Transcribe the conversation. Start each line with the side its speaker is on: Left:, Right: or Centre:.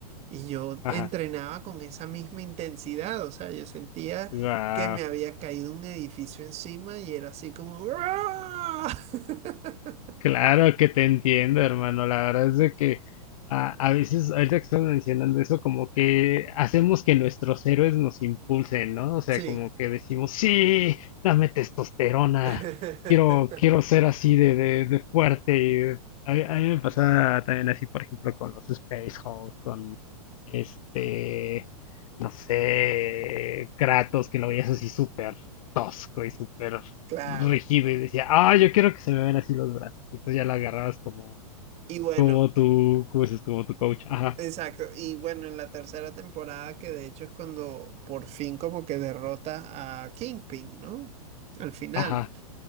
Right: y yo
Left: ajá.
Right: entrenaba con esa misma intensidad, o sea, yo sentía
Left: Guau.
Right: que me había caído un edificio encima y era así como... "¡Ah!". <laughs>
Left: Claro que te entiendo, hermano. La verdad es de que a, a veces, ahorita que estás mencionando eso, como que hacemos que nuestros héroes nos impulsen, ¿no? O sea,
Right: Sí.
Left: como que decimos, sí, dame testosterona,
Right: <laughs>
Left: quiero, quiero ser así de, de, de fuerte. y de- A, mí a mí me pasa también así, por ejemplo, con los Space Hulk, con este, no sé, Kratos, que lo veías así súper tosco y súper
Right: Claro.
Left: rigido y decía, ah, yo quiero que se me vean así los brazos. Entonces ya la agarrabas como,
Right: Y bueno,
Left: como tu, como dices, como tu coach. Ajá,
Right: Exacto, y bueno, en la tercera temporada, que de hecho es cuando por fin como que derrota a Kingpin, ¿no? Al final,
Left: ajá,